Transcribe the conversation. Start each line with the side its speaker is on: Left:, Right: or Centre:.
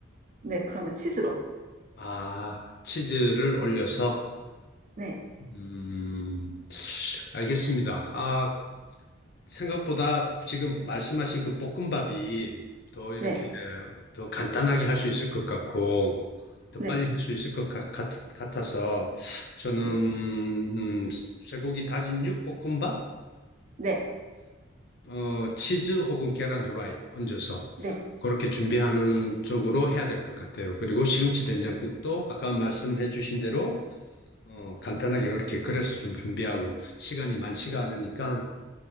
Right: 네, 그러면 치즈로.
Left: 아, 치즈를 올려서,
Right: 네,
Left: 음, 알겠습니다. 아, 생각보다 지금 말씀하신 그 볶음밥이 더 이렇게
Right: 네,
Left: 더 간단하게 할 수 있을 것 같고 더
Right: 네,
Left: 빨리 할 수 있을 것 같, 아서 저는
Right: 네,
Left: 음, 쇠고기 다진육 볶음밥에
Right: 네,
Left: 어, 치즈 혹은 계란 후라이 얹어서
Right: 네,
Left: 그렇게 준비하는 쪽으로 해야 될 것 같아요. 그리고 시금치 된장국도 아까 말씀해 주신 대로 어, 간단하게 이렇게 끓여서 좀 준비하고 시간이 많지가 않으니까